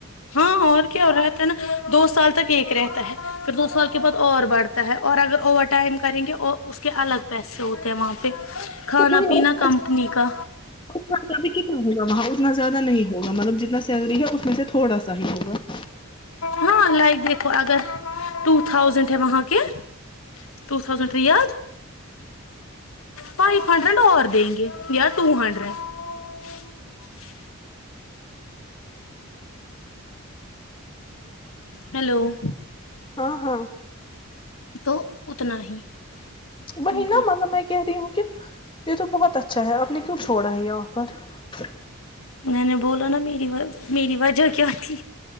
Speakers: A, on the left; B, on the left.
A: ہاں اور کیا وہ رہا تھا نا دو سال تک <unintelligible> ٹھیک رہتا ہے پھر دو سال کے بعد اور بڑھتا ہے اور اگر اوور ٹائم کریں گے اور اس کے <unintelligible> کھانا
B: اور
A: پینا
B: خرچ
A: کمپنی کا
B: اور خرچہ بھی ک ک ہو گا م <unintelligible> اتنا زیادہ نہیں ہوگا مطلب جتنا سیلری ہے اس میں سے تھوڑا سا ہی ہوگا <unintelligible>
A: ہاں لائک دیکھو اگر ٹو تھاؤزینڈ ہے وہاں کے ٹو تھازینڈ ید فائیو ہنڈریڈ اور دیں گے یار ٹو ہنڈریڈ <unintelligible>
B: جی <unintelligible>
A: ہیلو <unintelligible>
B: ہاں ہاں <unintelligible>
A: تو اتنا ہی <unintelligible>
B: وہی
A: ہوگا
B: نا مطلب میں کہہ رہی ہوں کیا یہ تو بہت اچھا ہے آپ نے کیوں چھوڑا ہے یہ آفر
A: میں نے بولا نا میری میری وجہ کیا تھی